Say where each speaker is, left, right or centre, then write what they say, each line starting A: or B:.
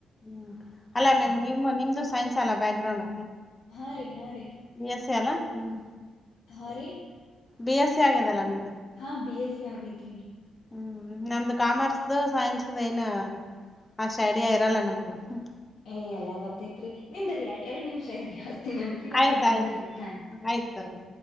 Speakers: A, on the left; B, on the left.
A: ಹ್ಮ್ ಅಲ್ಲ
B: ಹಾ
A: ನಿಮ್
B: ರೀ
A: ನಿಮ್ಮ ನಿಮ್ ಇದು ಸೈನ್ಸ್ ಅಲ್ಲ ಬ್ಯಾಗ್ರೌಂಡ್.
B: ಹಾ ರೀ
A: ಬಿ ಎಸ್ ಸ್ಸಿ ಅಲ, ಹ್ಮ್.
B: ಹಾ ರೀ.
A: ಬಿ ಎಸ್ ಸ್ಸಿ ಆಗ್ಯದಲಾ ನಿಮ್
B: ಹಾ ಬಿ ಎಸ್ ಸ್ಸಿ ಆಗೇತ್ರಿ.
A: ಹ್ಮ್ ನಮ್ದು ಕಾಮರ್ಸ್ದು ಸೈನ್ಸ್ದು ಏನು ಅಷ್ಟ್ ಐಡಿಯ ಇರಲ್ಲ ನಮ್ಗ ಹ್ಮ್.
B: ಏಯ್ ಎಲ್ಲ ಬರ್ತೈತ್ರಿ ನಿಮ್ದುರಿ ಯರ್ಡ್ ಎರ್ಡ್ ನಿಮ್ಶ್ <unintelligible> ತಿನಂತ್ರಿ ಯಾರು
A: ಆಯ್ತಾಯ್ತು.
B: ಬಂದುರಿ ಹಾನ್
A: ಆಯ್ತ್ ತಗೋರಿ.